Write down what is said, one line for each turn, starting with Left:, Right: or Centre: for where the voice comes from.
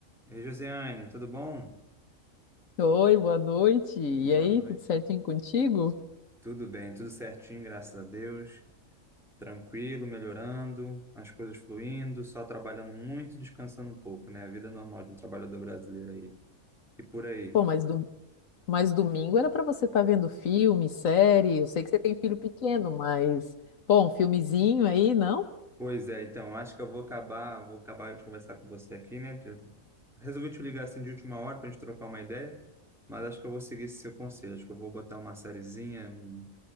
Centre: E aí, Josiane, tudo bom?
Left: Oi, boa noite. E
Centre: Boa
Left: aí,
Centre: noite.
Left: tudo certinho contigo?
Centre: Tudo bem, tudo certinho, graças a Deus. Tranquilo, melhorando, as coisas fluindo, só trabalhando muito, e descansando um pouco, né? A vida normal de um trabalhador brasileiro aí. E por aí.
Left: Pô, mas, do... mas domingo era pra você estar vendo filme, série. Eu sei que você tem filho pequeno, mas, pô, um filmezinho aí, não?
Centre: Pois é, então, eu acho que eu vou acabar, vou acabar de conversar com você aqui, né? Eu resolvi te ligar assim de última hora para a gente trocar uma ideia, mas acho que eu vou seguir esse seu conselho. Acho que eu vou botar uma sériezinha, um